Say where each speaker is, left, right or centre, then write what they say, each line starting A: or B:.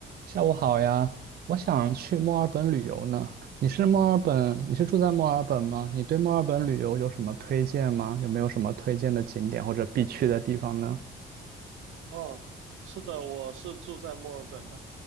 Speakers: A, on the right; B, on the right.
A: 下午好呀，我想去墨尔本旅游呢。你是墨尔本，你是住在墨尔本吗？你对墨尔本旅游有什么推荐吗？有没有什么推荐的景点或者必去的地方呢？
B: 哦，是的，我是住在墨尔本的。